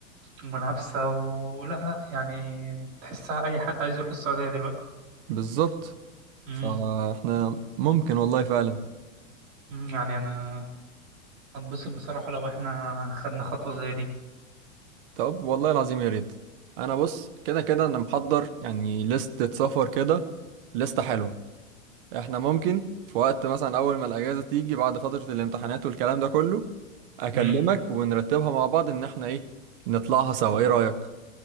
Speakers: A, on the right; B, on the right.
A: ومنافسة ولا لا يعني تحسها أي حد عايز يروح السعودية دلوقتي
B: بالظبط
A: امم
B: فاحنا ممكن والله فعلا
A: أمم، يعني أنا هتبسط بصراحة لو إحنا خدنا خطوة زي دي
B: طب والله العظيم يا ريت انا بص كده كده انا محضر يعني لستة سفر كده لستة حلوة احنا ممكن في وقت مثلا اول ما الاجازة تيجي بعد فترة الامتحانات والكلام ده كله اكلمك
A: امم
B: ونرتبها مع بعض ان احنا ايه نطلعها سوا ايه رأيك